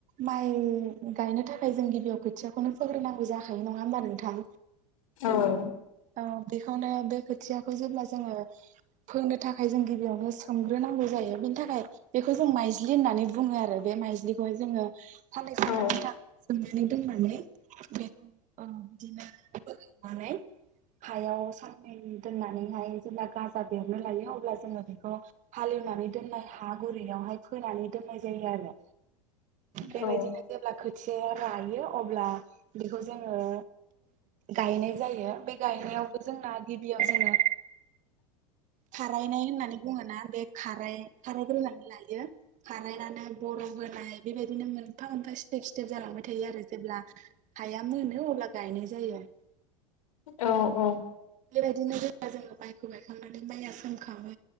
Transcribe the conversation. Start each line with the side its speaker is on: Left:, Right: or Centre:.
Right: माइ। गायनो थाखाय जों गिबियाव खोथियाखौनो फोग्रोनांगौ जाखायो नङा होनबा नोंथां।
Left: औ।
Right: औ बेखौनो बे खोथियाखौ जेब्ला जोङो फोंनो थाखाय। फायजों गिबियावनो सोमग्रोनांगौ जायो बिनि थाखाय बेखौ जों माइज्लि होननानै बुङोआरो बे माइज्लिखौहाय जोङो <unintelligible> नोंथां
Left: अ
Right: सोमनानै दोननानै बेखौ अ बिदिनो <unintelligible> माने हायाव साननै दोननानैहाय जेब्ला गाजा बेरनो लायो अब्ला जोङो बेखौ हालेवनानै दोननाय हा गुरैयावहाय फोनानै दोननाय जायो आरो
Left: औ
Right: बेबायदिनो जेब्ला खो खोथियाया रायो अब्ला बेखौ जो जोङो गायनाय जायो बे गायनायावबो जोंना गिबियाव जोङो खारायनाय होननानै बुङोना बे खाय खारायग्रोनानै लायो खारायनानै बर'फ होनाय बेबाय बिनो मोनफा मोनाफा इस्तेप इस्तेप जालांबाय थायो आरो जेब्ला हाया मोनो नो अब्ला गायनाय जायो आ
Left: औ औ
Right: बेबायदिनो जेब्ला जोङो माइखौ गायखांनानै माइआ सोमखाङो